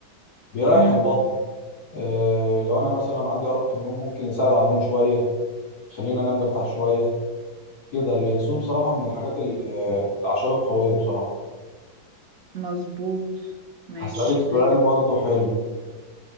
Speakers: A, on the left; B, on the right.
A: بيريح
B: مم.
A: البطن آه، لو أنا مثلا عندي أرق في النوم ممكن يساعد على النوم شوية يخليني أنام مرتاح شوية كده اليانسون بصراحة من الحاجات ال- آه، الأعشاب القوية بصراحة
B: مظبوط ماشي
A: هسألك سؤال
B: غير
A: برضو حلو